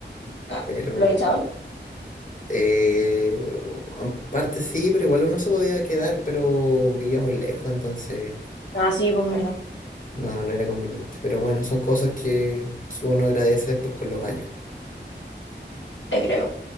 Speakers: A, on the left; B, on the left.
A: Ah,
B: Pero,
A: ¿Lo echaban?
B: eh, en parte sí, pero igual uno se podía quedar, pero vivía muy lejos, entonces
A: Ah, sí, pues verdad,
B: no, no era conveniente. Pero bueno, son cosas que, que uno agradece después con los años.
A: te creo.